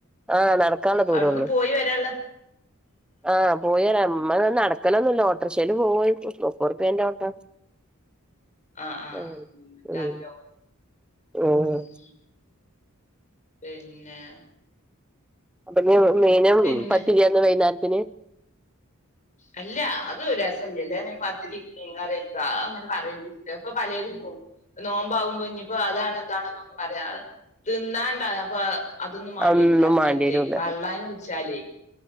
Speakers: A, in the centre; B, on the left.
A: ആ നടക്കാനുള്ള ദൂരെള്ളൂ
B: അവിടുന്ന് പോയി വരാനുള്ള
A: ആ പോയരാ മ്മ നടക്കലൊന്നുല്ല ഓട്ടോറിക്ഷയിൽ പോവായിപ്പൊ നൂറുപ്യേന്റെ ഓട്ടം
B: ആ ആ
A: മ്മ് മ്മ്
B: ചാർജാവും
A: മ്മ്
B: ഉം പിന്നെ
A: അപ്പൊ നി മീനും
B: പിന്നെ
A: പത്തിരിയാന്നാ വൈയ്ന്നേരത്തിന്
B: അല്ല അതൊരസല്ല്യല്ലേങ്ങനെ പത്തിരി മീൻ കറിക്കെങ്ങനെ പറയേലി അപ്പൊ പലതും നോമ്പാവുമ്പോ ഇനിപ്പോ അതാണ് ഇതാണ് എന്നൊക്കെ പറയാം തിന്നാണ്ട അപ്പൊ അതൊന്നും മേണ്ടി
A: അതൊന്നും
B: വെരൂലാ അന്നേരത്തെ
A: മാണ്ടിരൂല
B: വെള്ളേന്ന് കുടിച്ചാലേ